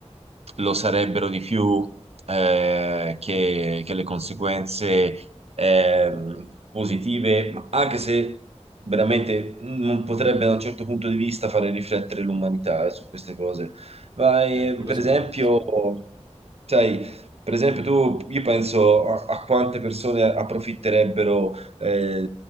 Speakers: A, on the right; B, on the right.
A: lo sarebbero di più eh, che, che le conseguenze ehm, positive, ma anche se veramente non potrebbe da un certo punto di vista fare riflettere l'umanità eh, su queste cose. Ma eh,
B: eh, quello
A: per
B: sicuramente.
A: esempio, sai, per esempio tu, io penso a, a quante persone approfitterebbero eh,